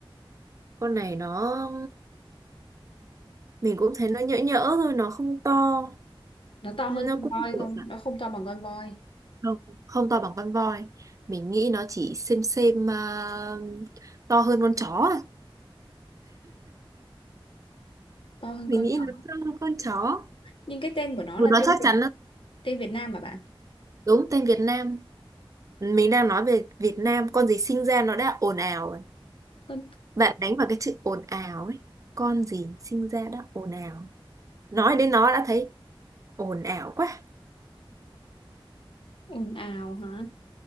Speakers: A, on the right; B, on the left.
A: con này nó mình cũng thấy nó nhỡ nhỡ thôi nó không to
B: nó to
A: nó
B: hơn con
A: cũng
B: voi
A: được
B: không nó không to bằng con voi
A: không không to bằng con voi mình nghĩ nó chỉ xem xem à, to hơn con chó à.
B: to hơn
A: mình
B: con
A: nghĩ
B: chó
A: nó to hơn con chó
B: nhưng cái tên của nó
A: Ừ,
B: là
A: nó
B: tên
A: chắc
B: Việt-
A: chắn đó.
B: tên Việt Nam mà bạn
A: đúng tên Việt Nam mình đang nói về Việt Nam con gì sinh ra nó đã ồn ào rồi
B: con
A: bạn đánh vào cái chữ ồn ào ấy con gì sinh ra đã ồn ào nói đến nó đã thấy ồn ào quá
B: ồn ào hả